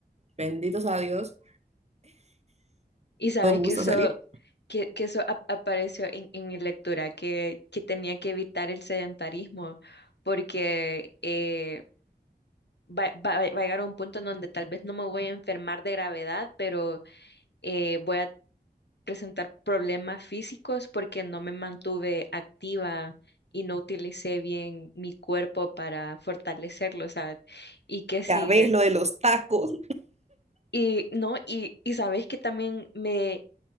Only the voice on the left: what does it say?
Y sabes
que eso,
que, que eso ap- apareció en, en mi lectura, que, que tenía que evitar el sedentarismo, porque eh, va, va- va a llegar a un punto en donde tal vez no me voy a enfermar de gravedad, pero eh, voy a presentar problemas físicos porque no me mantuve activa y no utilicé bien mi cuerpo para fortalecerlo, o sea, y que sigue.
Y no, y, y sabes que también me,